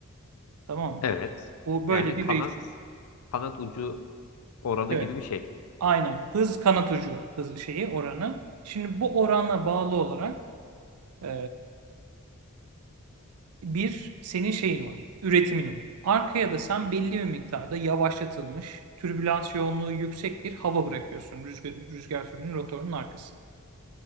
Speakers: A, on the right; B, on the left.
A: Tamam mı?
B: Evet.
A: Bu böyle
B: Yani
A: bir
B: kanat
A: ratio.
B: kanat ucu oranı
A: Evet.
B: gibi bir şey.
A: Aynen. Hız kanat ucu hız şeyi oranı. Şimdi bu orana bağlı olarak e, bir senin şeyin var, üretimin var. Arkaya da sen belli bir miktarda yavaşlatılmış, türbülans yoğunluğu yüksek bir hava bırakıyorsun rüzgar, rüzgar türbinin rotorunun arkasına.